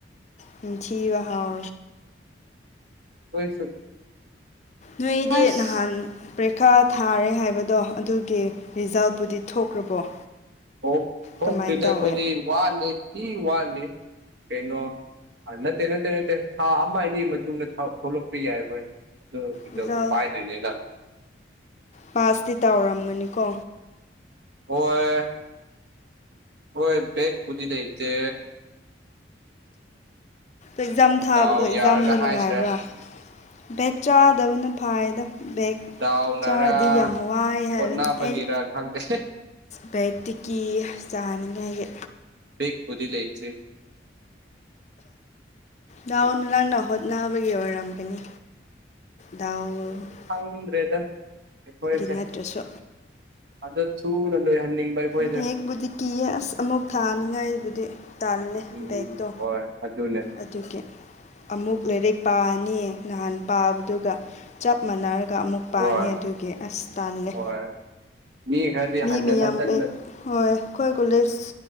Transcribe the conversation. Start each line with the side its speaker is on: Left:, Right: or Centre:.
Left: ꯅꯝꯊꯤꯕ ꯍꯥꯎ
Right: ꯑꯩꯈꯣꯏꯁꯨ
Left: ꯅꯣꯏꯗꯤ
Right: ꯑꯁ
Left: ꯅꯍꯥꯟ ꯄꯔꯤꯈꯥ ꯊꯥꯔꯦ ꯍꯥꯏꯕꯗꯣ ꯑꯗꯨꯒꯤ ꯔꯤꯖꯜꯄꯨꯗꯤ ꯊꯣꯛꯈ꯭ꯔꯕꯣ
Right: ꯊꯣ ꯊꯣꯛꯇ꯭ꯔꯤꯗ
Left: ꯀꯃꯥꯏꯅ ꯇꯧꯋꯦ
Right: ꯑꯩꯈꯣꯏꯗꯤ ꯋꯥꯠꯂꯤ ꯊꯤ ꯋꯥꯠꯂꯤ ꯀꯩꯅꯣ ꯅꯠꯇꯦ ꯅꯠꯇꯦ ꯅꯠꯇꯦ ꯊꯥ ꯑꯃ ꯑꯅꯤꯒꯤ ꯃꯇꯨꯡꯗ ꯊꯣꯛꯂꯛꯄ ꯌꯥꯏ ꯑꯩꯈꯣꯏ ꯑꯗꯨ ꯔꯤꯖꯜꯗꯨ
Left: ꯔꯤꯖꯜ
Right: ꯄꯥꯏꯗꯣꯏꯅꯤꯅ
Left: ꯄꯥꯁꯇꯤ ꯇꯧꯔꯝꯒꯅꯤꯀꯣ
Right: ꯍꯣꯏ ꯍꯣꯏ ꯕꯦꯒ ꯄꯨꯗꯤ ꯂꯩꯩꯇꯦ
Left: ꯑꯦꯛꯖꯥꯝ ꯊꯥꯕꯗꯣ
Right: ꯗꯥꯎ
Left: ꯑꯦꯛꯖꯥꯝꯗꯣ
Right: ꯌꯥꯔꯒ
Left: ꯅꯨꯡꯉꯥꯏꯕ꯭ꯔꯥ
Right: ꯍꯥꯏꯁꯤꯔꯥ
Left: ꯕꯦꯛ ꯆꯥꯗꯕꯅ ꯐꯥꯏꯗ ꯕꯦꯛ
Right: ꯗꯥꯎꯅꯔꯥ
Left: ꯆꯥꯔꯗꯤ ꯌꯥꯝ ꯋꯥ ꯍꯥꯏꯕꯅꯤ
Right: ꯍꯣꯠꯅꯕꯒꯤꯔ
Left: ꯑꯩ
Right: ꯈꯪꯗꯦ
Left: ꯕꯩꯛꯇꯤ ꯀꯤꯌꯦ ꯆꯥꯅꯤꯡꯉꯥꯏꯒꯤ
Right: ꯕꯦꯛ ꯄꯨꯗꯤ ꯂꯩꯇꯦ
Left: ꯅꯥꯎꯅ ꯅꯪꯅ ꯍꯣꯠꯅꯕꯒꯤ ꯑꯣꯏꯔꯝꯒꯅꯤ ꯗꯥꯎꯒꯤ
Right: ꯈꯪꯗ꯭ꯔꯦꯗ ꯑꯩꯈꯣꯏꯁꯦ
Left: ꯅꯠꯇ꯭ꯔꯁꯨ
Right: ꯑꯗꯣ ꯊꯨꯅ ꯂꯣꯏꯍꯟꯅꯤꯡꯕ ꯑꯩꯈꯣꯏꯁꯦ
Left: ꯕꯦꯛꯄꯨꯗꯤ ꯀꯤꯌꯦ ꯑꯁ ꯑꯃꯨꯛ ꯊꯥꯅꯤꯉꯥꯏꯕꯨꯗꯤ ꯇꯜꯂꯦ
Right: ꯎꯝ
Left: ꯕꯦꯛꯇꯣ
Right: ꯍꯣꯏ ꯑꯗꯨꯅꯦ
Left: ꯑꯗꯨꯒꯤ ꯑꯃꯨꯛ ꯂꯥꯏꯔꯤꯛ ꯄꯥꯅꯤ ꯅꯍꯥꯟ ꯄꯥꯕꯗꯨꯒ ꯆꯞ ꯃꯥꯟꯅꯔꯒ ꯑꯃꯨꯛ ꯄꯥꯅꯤ
Right: ꯍꯣꯏ
Left: ꯑꯗꯨꯒꯤ ꯑꯁ ꯇꯜꯂꯦ
Right: ꯍꯣꯏ ꯃꯤ ꯈꯥꯗꯤ
Left: ꯃꯤ
Right: ꯍꯥꯟꯗꯟ
Left: ꯃꯤꯌꯥꯝꯕꯩ
Right: ꯍꯥꯟꯗꯟ ꯅ
Left: ꯍꯣꯏ ꯑꯩꯈꯣꯏ ꯀꯣꯂꯦꯖ